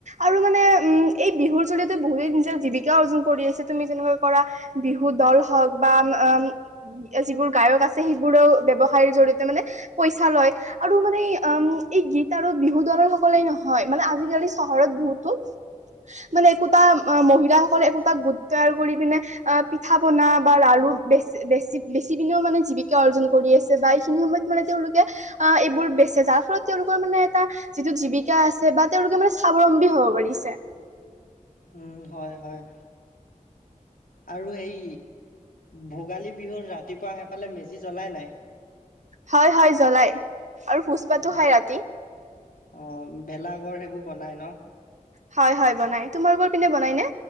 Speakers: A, on the right; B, on the left.
A: আৰু মানে উম এই বিহুৰ জৰিয়তে বহুতেই নিজৰ জীৱিকা অৰ্জন কৰি আছে তুমি যেনেকৈ কৰা বিহুদল হওক বা আ যিবোৰ গায়ক আছে সেইবোৰেও ব্যৱসায়ৰ জৰিয়তে মানে পইচা লয়। আৰু মানে উম এই গীত আৰু বিহু দলৰ সকলেই নহয় মানে আজিকালি চহৰত বহুতো মানে একোটা মহিলাসকলে একোটা গোট তৈয়াৰ কৰি পিনে আ পিঠা-পনা বা লাৰু বেচি বেচি বেচি পিনেও মানে জীৱিকা অৰ্জন কৰি আছে বা এইখিনি সময়ত মানে তেওঁলোকে আ, এইবোৰ বেচে যাৰ ফলত তেওঁলোকৰ মানে এটা যিটো জীৱিকা আছে বা তেওঁলোকে মানে স্বাৱলম্বী হ'ব পাৰিছে।
B: উম হয় হয় আৰু এই ভোগালী বিহুত ৰাতিপুৱা সেইফালে মেজি জ্বলাই নাই?
A: হয় হয় জ্বলাই আৰু ভোজ-ভাতো
B: অ
A: খাই ৰাতি।
B: অ, ভেলাঘৰ সেইবোৰ বনাই ন?
A: হয় হয় বনাই। তোমালোকৰ পিনে বনাই নে?